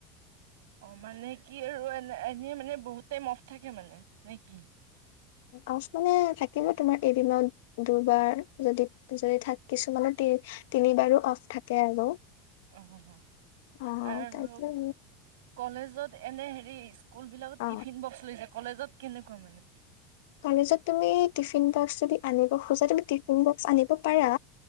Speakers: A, on the right; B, on the left.
A: অ মানে কি আৰু এনে এনে মানে বহুতে টাইম অফ থাকে মানে নে কি?
B: অফ মানে থাকিব তোমাৰ এদিনত দুবাৰ যদি। যদি থাক কিছুমানৰ <unintelligible> অফ থাকে আৰু
A: অ আৰু
B: অ তাৰপিছত
A: কলেজত এনে হেৰি স্কুল বিলাকত
B: অ
A: টিফিন বক্স লৈ যাক কলেজত কেনেকুৱা মানে
B: কলেজত। তুমি টিফিন বক্স যদি আনিব খোজা তুমি টিফিন বক্স আনিব পাৰা